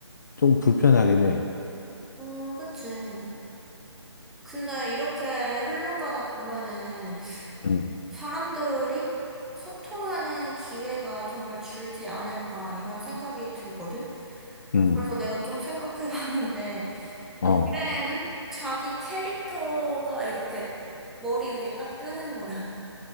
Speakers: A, on the left; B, in the centre.
A: 좀 불편하긴 해.
B: 음, 그치. 근데 이렇게 흘러가다 보면은
A: 음,
B: 사람들이 소통하는 기회가 정말 줄지 않을까 이런 생각이 들거든?
A: 음.
B: 그래서 내가 좀 생각해 봤는데,
A: 어,
B: 미래에는 자기 캐릭터가 이렇게 머리 위에 딱 뜨는 거야. <laughs>